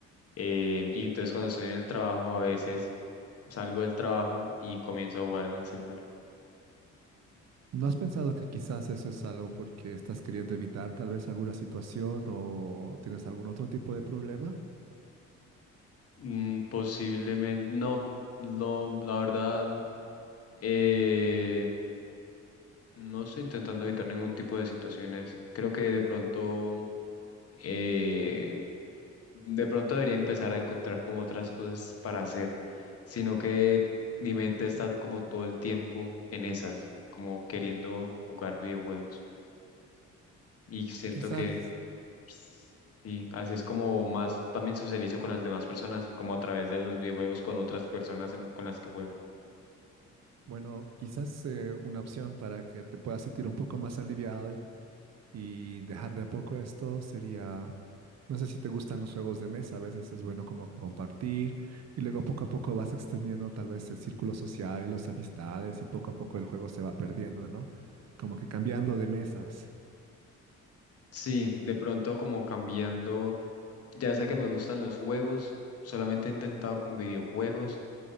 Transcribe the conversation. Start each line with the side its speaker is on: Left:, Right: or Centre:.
Left: eh, y entonces cuando estoy en el trabajo a veces salgo del trabajo y comienzo a jugar en el celular.
Right: ¿No has pensado que quizás eso es algo porque estás queriendo evitar tal vez alguna situación o tienes algún otro tipo de problema?
Left: Mm, posiblemente, no, no, la verdad, eh, no estoy intentando evitar ningún tipo de situaciones. Creo que de pronto eh, De pronto debería empezar a encontrar como otras cosas para hacer, sino que mi mente está como todo el tiempo en esas, como queriendo jugar videojuegos. Y siento
Right: Quizás,
Left: que ps, sí, así es como más también socializo con las demás personas, como a través de los videojuegos con otras personas en- con las que juego.
Right: bueno, quizás eh, una opción para que te puedas sentir un poco más aliviado y, y dejar de a poco esto sería, no sé si te gustan los juegos de mesa, a veces es bueno como que compartir y luego poco a poco vas extendiendo tal vez el círculo social y las amistades y poco a poco el juego se va perdiendo, ¿no? Como que cambiando de mesas.
Left: Sí, de pronto como cambiando, ya sé que me gustan los juegos, solamente he intentado con videojuegos